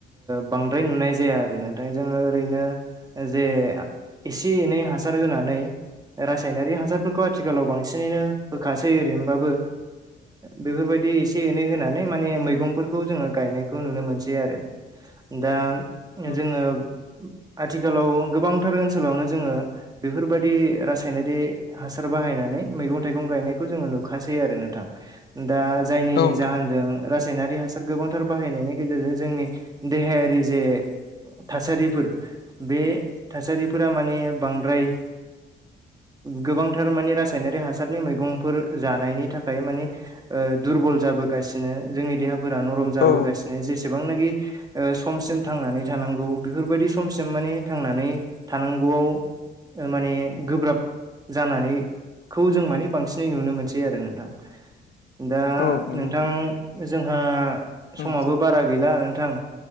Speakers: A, on the right; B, on the left.
A: बांद्राय नुनाय जाया आरो नाथाय जोङो ओरैनो जे एसे एनै हासार होनानै रासायनारि हासारफोरखौ आथिखालाव बांसिनैनो होखासै ओरैनोबाबो बेफोरबायदि एसे एनै होनानै माने मैगंफोरखौ जोङो गायनायखौ नुनो मोनसै आरो दा
B: औ
A: जोङो आथिखालाव गोबांथार ओनसोलावनो जोङो बेफोरबायदि रासायनारि हासार बाहायनानै मैगं थाइगं गायनायखौ जोङो नुखासै आरो नोंथां दा जायनि
B: नोंथां
A: जाहोनजों रासायनारि हासार गोबांथार बाहायनायनि गेजेरजों जोंनि देहायारि जे थासारिफोर बे थासारिफोरा माने बांद्राय गोबांथार मानि रासायनारि हासारनि मैगंफोर जानायनि थाखाय मानि दुरबल जाबोगासिनो जोंनि देहाफोरा नरम जाबोगासिनो
B: औ नोंथां औ
A: जेसेबांनाखि समसिम थांनानै थानांगौ बेफोरबायदि समसिम माने थांनानै थानांगौआव माने गोब्राब जानानैखौ जों माने बांसिनै नुनो मोनसै आरो नोंथां दा
B: औ नंगौ
A: नोंथां जोंहा
B: नोंथां
A: समाबो बारा गैला नोंथां